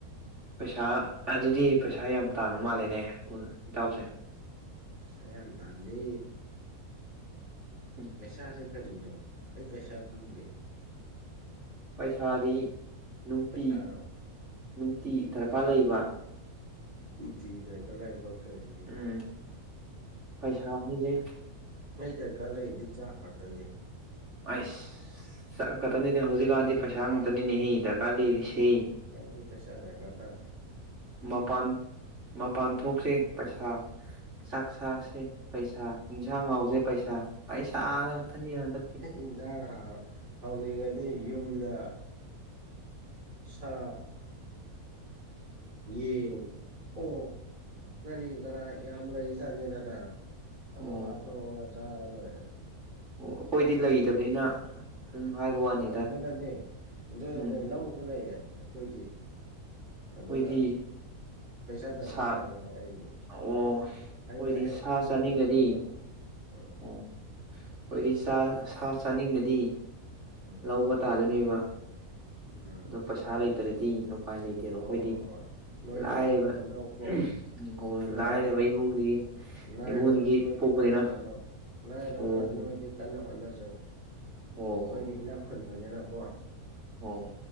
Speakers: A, on the right (about 50°); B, on the right (about 35°).
A: ꯄꯩꯁꯥ ꯑꯗꯨꯗꯤ ꯄꯩꯁꯥ ꯌꯥꯝ ꯇꯥꯟꯕ ꯃꯥꯜꯂꯦꯅꯦ ꯏꯇꯥꯎꯁꯦ
B: ꯄꯩꯁꯥ ꯌꯥꯝ ꯇꯥꯟꯗꯦ
A: ꯎꯝ
B: ꯄꯩꯁꯥꯁꯦ ꯀꯔꯤꯅꯣ ꯑꯩ ꯄꯩꯁꯥ ꯈꯪꯗꯦ
A: ꯄꯩꯁꯥꯗꯤ ꯅꯨꯡꯇꯤ
B: ꯄꯩꯁꯥꯔꯣ
A: ꯅꯨꯡꯇꯤ ꯗꯔꯀꯥꯔ ꯂꯩꯕ
B: ꯅꯨꯡꯇꯤ ꯗꯔꯀꯥꯔ ꯂꯩꯕ ꯀꯔꯤ
A: ꯎꯝ ꯄꯩꯁꯥ ꯍꯥꯏꯁꯦ
B: ꯑꯩ ꯗꯔꯀꯥꯔ ꯂꯩꯕꯗꯤ ꯆꯥꯛ ꯈꯛꯇꯅꯦ
A: ꯑꯩꯁ ꯆꯠ ꯈꯛꯇꯅꯤꯅꯦ ꯍꯧꯖꯤꯛꯀꯥꯟꯗꯤ ꯄꯩꯁꯥ ꯉꯥꯛꯇꯅꯤꯅꯦ ꯍ ꯗꯔꯀꯥꯔ ꯂꯩꯔꯤꯁꯤ
B: ꯗꯤ ꯄꯩꯁꯥꯗ ꯀ ꯇꯗꯤ
A: ꯃꯄꯥꯟ ꯃꯄꯥꯟ ꯊꯣꯛꯁꯤ ꯄꯩꯁꯥ ꯆꯥꯛ ꯆꯁꯤ ꯄꯩꯁꯥ ꯏꯟꯁꯥꯡ ꯍꯥꯎꯗ꯭ꯔꯦ ꯄꯩꯁꯥ ꯄꯩꯁꯥ ꯉꯥꯛꯇꯅꯤ ꯍꯟꯗꯛꯁꯦ
B: ꯌꯦꯟꯁꯥꯡ ꯍꯥ ꯍꯧꯅꯤꯡꯉꯗꯤ ꯌꯨꯝꯗ ꯁꯥ ꯌꯦ ꯑꯣ ꯀꯔꯤ ꯀꯔ ꯌꯥꯝ ꯂꯩ ꯖꯥꯠꯅꯤ ꯗꯗꯥ ꯑꯗꯣ
A: ꯑꯣ
B: ꯍꯥꯊꯣ ꯊꯣꯡꯉꯥ ꯆꯥꯔꯒ ꯂꯣꯏꯔꯦ
A: ꯑꯣ ꯑꯩꯈꯣꯏꯗꯤ ꯂꯩꯇꯕꯅꯤꯅ ꯎꯝ ꯍꯥꯏꯕ ꯋꯥꯅꯤꯗ
B: ꯑꯗꯨꯅꯅꯦ ꯑꯗꯨꯅꯦ
A: ꯎꯝ
B: ꯂꯧꯁꯨ ꯂꯩꯌꯦ ꯑꯩꯈꯣꯏꯗꯤ ꯑꯗꯨꯅ
A: ꯑꯩꯈꯣꯏꯗꯤ
B: ꯄꯩꯁꯥ ꯗꯔꯀꯥꯔ
A: ꯁꯥ
B: ꯇꯥꯗꯦꯕ ꯑꯩꯗꯤ
A: ꯑꯣ ꯑꯩꯈꯣꯏꯗꯤ
B: ꯑꯩꯅ ꯍꯦꯛ
A: ꯁꯥ
B: ꯊꯨꯔꯒ
A: ꯆꯥꯅꯤꯡꯉꯗꯤ
B: ꯆꯥꯖꯕꯅꯦ ꯎꯝ
A: ꯑꯣ ꯑꯩꯈꯣꯏꯗꯤ ꯆ ꯁꯥ ꯆꯥꯅꯤꯡꯕꯗꯤ
B: ꯎꯝ
A: ꯂꯧꯕ ꯇꯥꯗꯣꯏꯅꯦꯕ
B: ꯎꯝ
A: ꯑꯗꯣ ꯄꯩꯁꯥ ꯂꯩꯇ꯭ꯔꯗꯤ ꯎꯄꯥꯏ ꯂꯩꯇꯦ ꯀꯩꯅꯣ
B: ꯍꯣꯏ
A: ꯑꯩꯈꯣꯏꯗꯤ
B: ꯍꯣꯏ ꯍꯣꯏ ꯅꯣꯏꯗꯤ
A: ꯂꯥꯏꯌꯦꯕ
B: ꯀꯟꯅ ꯍꯣꯠꯅꯧꯀꯣ
A: ꯎꯝ ꯍꯣꯏ
B: ꯂꯥꯏꯔꯕ
A: ꯂꯥꯏꯔꯕꯩ ꯏꯕꯨꯡꯒꯤ
B: ꯂꯥꯏꯔꯕ
A: ꯏꯃꯨꯡꯒꯤ
B: ꯅꯣꯏꯗꯤ
A: ꯄꯣꯛꯄꯅꯤꯅ
B: ꯀꯟꯅ ꯍꯣꯠꯅꯧ ꯂꯥꯏꯔꯕ
A: ꯑꯣ
B: ꯅꯣꯏꯗꯤ ꯀꯟꯅ ꯍꯣꯠꯅꯖꯧ ꯑꯩꯣꯏꯗꯤ
A: ꯑꯣ ꯍꯣ ꯍꯣ
B: ꯏꯅꯥꯛ ꯈꯨꯟꯕꯅꯤꯅꯀꯣ
A: ꯑꯣ